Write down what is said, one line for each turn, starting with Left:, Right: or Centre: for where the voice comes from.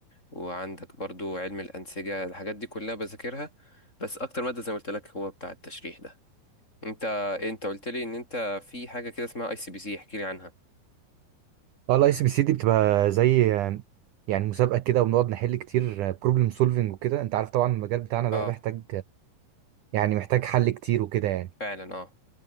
Left: وعندك برضو علم الأنسجة الحاجات دي كلها بذاكرها بس أكتر مادة زي ما قلت لك هو بتاع التشريح ده أنت إيه، أنت قلت لي إن أنت في حاجة كده اسمها أي سي بي سي احكي لي عنها
Right: اه الاي سي بي سي دي بتبقى زي آه، يعني مسابقة كده وبنقعد نحل كتير بروبلم سولفنج وكده انت عارف طبعا المجال بتاعنا
Left: أه
Right: ده محتاج يعني محتاج حل كتير وكده يعني
Left: فعلا أه